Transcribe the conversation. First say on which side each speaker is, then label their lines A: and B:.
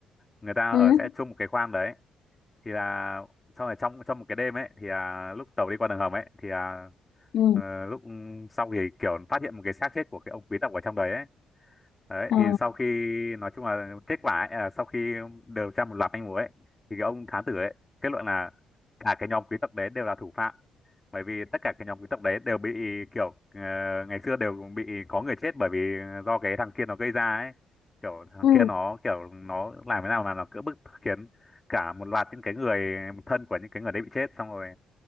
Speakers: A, on the left; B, on the left.
A: người ta
B: ừ
A: ở
B: ừ
A: sẽ chung một cái khoang đấy thì là sau này trong trong một cái đêm ấy thì là lúc tàu đi qua đường hầm ấy thì là
B: ừ
A: ờ, lúc sau thì kiểu phát hiện một cái xác chết của cái ông quý tộc ở trong đấy ấy Đấy,
B: Ờ,
A: thì sau khi nói chung là kết quả ấy, à, sau khi điều tra một loạt manh mối ấy, thì cái ông thám tử ấy kết luận là cả cái nhóm quý tộc đấy đều là thủ phạm bởi vì tất cả cái nhóm quý tộc đấy đều bị kiểu ờ, ngày xưa đều bị có người chết bởi vì do cái thằng kia nó gây ra ấy kiểu thằng
B: ừ
A: kia nó kiểu nó làm thế nào là nó cưỡng bức khiến cả một loạt những cái người thân của những cái người đấy bị chết xong rồi